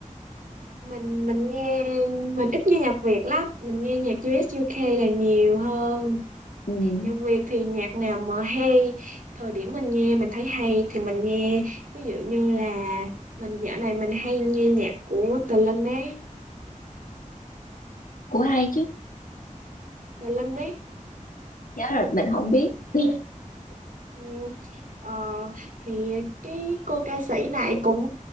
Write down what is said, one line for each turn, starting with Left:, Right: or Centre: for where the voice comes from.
Right: mình mình nghe mình ít nghe nhạc Việt lắm, mình nghe nhạc US UK là nhiều hơn.
Left: Ừm,
Right: Nhạc Việt thì nhạc nào mà hay, thời điểm mình nghe mình thấy hay thì mình nghe. Ví dụ như là mình dạo này mình hay nghe nhạc của Tờ Linh ấy,
Left: của ai chứ
Right: Tờ Linh ấy.
Left: giá rồi mình không biết <laughs>
Right: Ừ. Ờ, thì cái cô ca sĩ này cũng